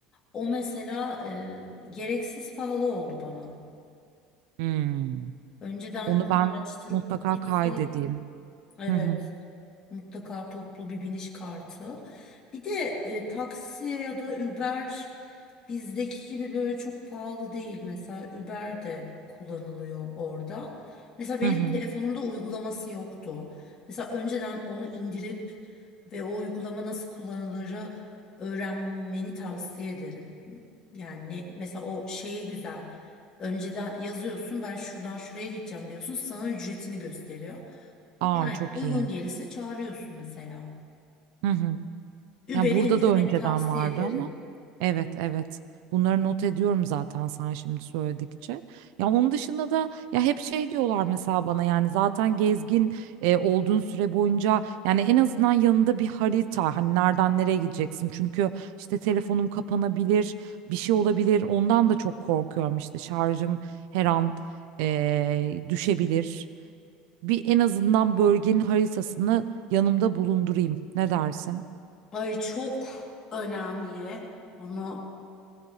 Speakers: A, on the left; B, on the right.
A: O mesela e, gereksiz pahalı oldu bana.
B: Hmm.
A: Önceden
B: Onu
A: onu
B: ben
A: araştırıp
B: mutlaka
A: gitseydim.
B: kaydedeyim.
A: Evet,
B: Hı hı.
A: mutlaka toplu bir biniş kartı. Bir de e, taksi ya da Uber bizdeki gibi böyle çok pahalı değil. Mesela Uber de kullanılıyor orada. Mesela benim
B: Hı hı.
A: telefonumda uygulaması yoktu. Mesela önceden onu indirip ve o uygulama nasıl kullanılırı öğrenmeni tavsiye ederim. Yani ne- mesela o şey güzel. Önceden yazıyorsun ben şuradan şuraya gideceğim diyorsun. Sana ücretini gösteriyor. Yani
B: Aa çok
A: uygun
B: iyi.
A: gelirse çağırıyorsun mesela.
B: Hı hı.
A: Uber'i
B: Ya burada
A: indirmeni
B: da önceden
A: tavsiye
B: vardı
A: ederim.
B: ama. Evet evet. Bunları not ediyorum zaten sen şimdi söyledikçe. Ya onun dışında da ya hep şey diyorlar mesela bana yani zaten gezgin e, olduğun süre boyunca yani en azından yanında bir harita hani nereden nereye gideceksin. Çünkü işte telefonum kapanabilir, bir şey olabilir. Ondan da çok korkuyorum işte şarjım her an e, düşebilir. Bir en azından bölgenin haritasını yanımda bulundurayım. Ne dersin?
A: Ay çok önemli. Bunu